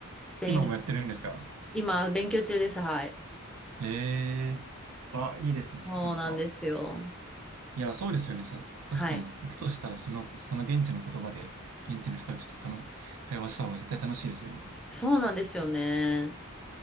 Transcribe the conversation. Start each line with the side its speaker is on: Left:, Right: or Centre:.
Centre: スペイン、
Right: 今もやってるんですか
Centre: 今勉強中です、はい。
Right: ええーあ、いいですね。
Centre: そうなんですよ。
Right: なんか、いや、そうですよね。さ、
Centre: はい。
Right: 確かに、行くとしたら、その、その現地の言葉で、現地の人たちと楽、会話した方が絶対楽しいですよね。
Centre: そうなんですよね。